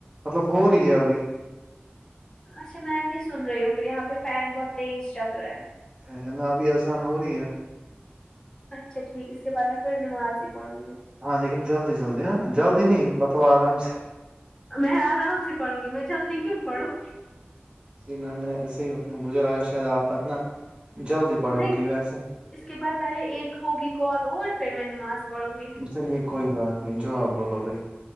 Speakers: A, on the right; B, on the left.
A: مطلب ہو رہی ہے ابھی
B: اچھا میں نہیں سن رہی ہوں پھر یہاں پے فین بہت تیز چل رہا ہے
A: میں نےکہا ابھی آذان ہو رہی ہے
B: اچھا ٹھیک اس کے بعد میں پھر نماز بھی پڑھوں گی
A: ہاں لیکن جلدی جلدی ہاں جلدی نہیں مطلب آرام سے
B: میں آرام سے پڑھوں گی میں جلدی کیوں پڑھوں
A: جی نہ میں نے ایسے ہی بتایا مجھے لگا شاید آپ اتنا جلدی پڑھوگی
B: نہیں
A: ویسے
B: اس کے بعد پہلے ایک ہوگی کال اور پھر میں نماز پڑھوں گی
A: چلیے کوئی بات نہیں جو آپ بولو بھائی